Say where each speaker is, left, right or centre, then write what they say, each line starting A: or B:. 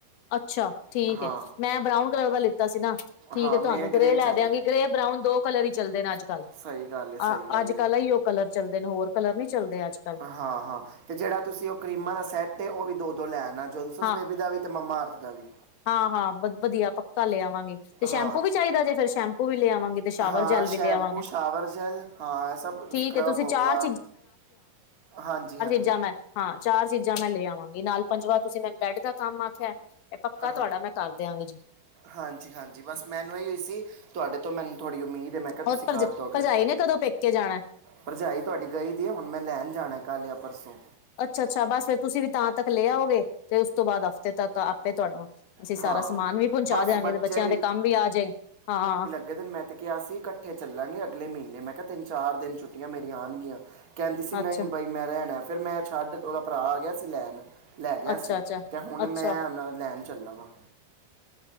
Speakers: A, on the left (about 70°); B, on the right (about 35°).
A: ਅੱਛਾ ਠੀਕ
B: ਹਾਂ
A: ਏ, ਮੈਂ ਬਰਾਊਨ ਕਲਰ ਦਾ ਲੀਤਾ ਸੀ ਨਾ ਠੀਕ
B: ਹਾਂ
A: ਹੈ ਤੁਹਾਨੂੰ
B: ਮੈਂ
A: ਗ੍ਰੇ ਲੈ
B: ਚਾਹੀਦਾ
A: ਦਿਆਂਗੀ ਗ੍ਰੇ ਬਰਾਊਨ ਦੋ ਕਲਰ ਹੀ ਚੱਲਦੇ ਨੇ ਅੱਜ ਕੱਲ,
B: ਕੱਲ੍ਹ। ਸਹੀ ਗੱਲ ਹੈ
A: ਅ
B: ਸਹੀ ਗੱਲ
A: ਅੱਜ
B: ਹੈ
A: ਕੱਲ ਆ ਹੀ ਏਈਓ ਕਲਰ ਚੱਲਦੇ ਨੇ ਹੋਰ ਕਲਰ ਨਹੀਂ ਚੱਲਦੇ ਅੱਜ ਕੱਲ।
B: ਹਾਂ ਹਾਂ ਤੇ ਜਿਹੜਾ ਤੁਸੀਂ ਉਹ ਕਰੀਮਾਂ ਦਾ ਸੈੱਟ ਐ, ਉਹ ਵੀ ਦੋ ਦੋ ਲੈਣਾ ਜੋਨਸਨ
A: ਹਾਂ
B: ਬੇਬੀ ਦਾ ਵੀ ਤੇ ਮਮਾਅਰਥ ਦਾ ਵੀ।
A: ਹਾਂ ਹਾਂ ਵਧ ਵਧੀਆ ਪੱਕਾ ਲੇ ਆਵਾਂਗੇ ਤੇ ਸ਼ੈਂਪੂ
B: ਹਾਂ
A: ਵੀ ਚਾਹੀਦਾ ਜੇ ਫੇਰ ਸ਼ੈਂਪੂ ਵੀ ਲਏ ਆਵਾਂਗੇ। ਤੇ ਸ਼ਾਵਰ
B: ਹਾਂ
A: ਜੈਲ
B: ਸ਼ੈਪੂ
A: ਵੀ ਲੈ ਆਵਾਂਗੇ
B: ਸ਼ਾਵਰ ਜੈਲ ਹਾਂ ਏਹ ਸਭ
A: ਠੀਕ
B: ਸਕ੍ਰਬ
A: ਹੈ ਤੁਸੀਂ
B: ਹੋ
A: ਚਾਰ
B: ਗਿਆ ਹਾਂਜੀ ਹਾਂ
A: ਜ਼ਾਂ ਮੈਂ, ਹਾਂ ਚਾਰ ਚੀਜ਼ਾਂ ਮੈਂ ਲਏ ਆਵਾਂਗੀ, ਨਾਲ ਪੰਜਵਾਂ ਤੁਸੀਂ ਮੈਂ ਬੈੱਡ ਦਾ ਕੰਮ ਆਖਿਆ। ਇਹ ਪੱਕਾ ਤੁਹਾਡਾ
B: ਹਾਂ
A: ਮੈਂ ਕਰ ਦਿਆਂਗੀ ਜੀ।
B: ਹਾਂਜੀ ਹਾਂਜੀ ਬਸ ਮੈਨੂੰ ਇਹ ਸੀ ਤੁਹਾਡੇ ਤੋਂ ਮੈਨੂੰ ਥੋੜੀ ਉਮੀਦ ਹੈ ਮੈਂ ਕਿਹਾ
A: ਹੋਰ
B: ਤੁਸੀਂ
A: ਭਰ
B: ਕਰ ਦੋਗੇ
A: ਭਰਜਾਈ ਨੇ ਕਦੋਂ ਪੇਕੇ ਜਾਣਾ?
B: ਭਰਜਾਈ ਤੁਹਾਡੀ ਗਈ ਦੀ ਐ, ਹੁਣ ਮੈਂ ਲੈਣ ਜਾਣਾ ਕੱਲ੍ਹ ਯ ਪਰਸੋਂ।
A: ਅੱਛਾ ਅੱਛਾ ਬਸ ਫਰ ਤੁਸੀਂ ਵੀ ਤਾਂ ਤੱਕ ਲੈ ਆਓਗੇ ਤੇ ਉਸ ਤੋਂ ਬਾਅਦ ਹਫ਼ਤੇ ਤੱਕ ਆਪੇ ਤੁਹਾਨੂੰ। ਅਸੀਂ ਸਾਰਾ
B: ਹਾਂ
A: ਸਮਾਨ ਵੀ ਪਹੁੰਚਾ
B: ਬਸ
A: ਦਿਆਂਗੇ
B: ਬੱਚੇ
A: ਤੇ ਬੱਚਿਆਂ ਦੇ ਕੰਮ ਵੀ ਆ ਜਾਏ, ਹਾਂ
B: ਗਲੇ ਦਿਨ ਮੈਂ ਤੇ ਕਿਹਾ ਸੀ ਇਕੱਠੇ ਚੱਲਾਂਗੇ ਅਗਲੇ ਮਹੀਨੇ ਮੈਂ ਕਿਹਾ ਤਿੰਨ ਚਾਰ ਦਿਨ ਛੁੱੀਆਂ ਮੇਰੀਆਂ ਆਣਗੀਆਂ। ਕਹਿੰਦੀ ਸੀ ਨਹੀਂ
A: ਅੱਛਾ
B: ਭਈ ਮੈਂ ਰੈਣਾ, ਫਿਰ ਮੈਂ ਛੱਡ ਉਹਦਾ ਭਰਾ ਆ ਗਿਆ ਸੀ ਲੈਣ। ਲੈ ਗਿਆ
A: ਅੱਛਾ
B: ਸੀ
A: ਅੱਛਾ
B: ਤੇ ਹੁਣ
A: ਅੱਛਾ
B: ਮੈਂ ਹਨ ਲੈਣ ਚੱਲਾ ਵਾਂ।